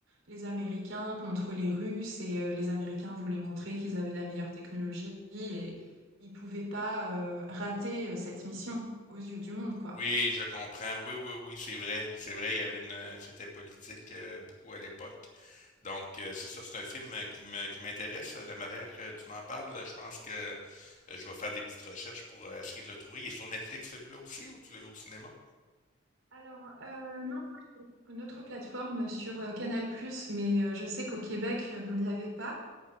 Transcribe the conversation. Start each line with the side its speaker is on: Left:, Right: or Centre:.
Right: les Américains contre les Russes et euh, les Américains voulaient montrer qu'ils avaient la meilleure technologie et ils pouvaient pas euh, rater euh, cette mission aux yeux du monde, quoi.
Left: Oui, je comprends. Oui, oui, oui, c'est vrai. C'est vrai, il y avait une, euh, c'était politique euh, beaucoup à l'époque. Donc, euh, c'est ça, c'est un film euh, qui me, qui m'intéresse. euh, De manière que tu m'en parles, je pense que euh, je vais faire des petites recherches pour euh, essayer de le trouver. Il est sur Netflix, celui-là aussi, ou tu le vu au cinéma?
Right: Alors, euh, non. Une autre plateforme sur euh, Canal+, mais euh, je sais qu'au Québec, euh, vous ne l'avez pas.